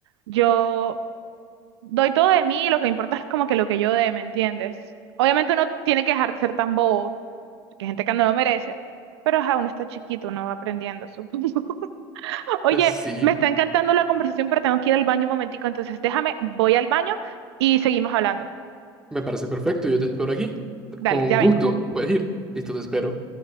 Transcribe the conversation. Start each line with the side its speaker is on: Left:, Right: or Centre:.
Right: yo doy todo de mí y lo que importa es como que lo que yo dé, ¿me entiendes? Obviamente uno tiene que dejar de ser tan bobo, que hay gente que no lo merece, pero ajá, uno está chiquito, uno va aprendiendo, supongo. <laughs> Oye,
Centre: pues sí.
Right: me está encantando la conversación, pero tengo que ir al baño un momentico, entonces déjame, voy al baño y seguimos hablando.
Centre: Me parece perfecto, yo te espero aquí.
Right: Dale,
Centre: Con
Right: ya
Centre: gusto,
Right: vengo.
Centre: puedes ir. Listo, te espero.